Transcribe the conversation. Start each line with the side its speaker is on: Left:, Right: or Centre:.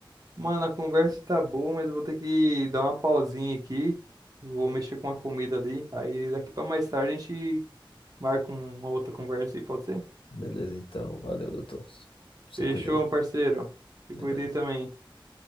Right: Mano, a conversa tá boa, mas eu vou ter que dar uma pausinha aqui. Vou mexer com a comida ali. Aí daqui pra mais tarde a gente marca uma outra conversa aí, pode ser?
Left: Beleza, então. Valeu, doutor. Se
Right: Fechou,
Left: cuida aí.
Right: meu parceiro. Se cuida
Left: É nóis.
Right: aí também.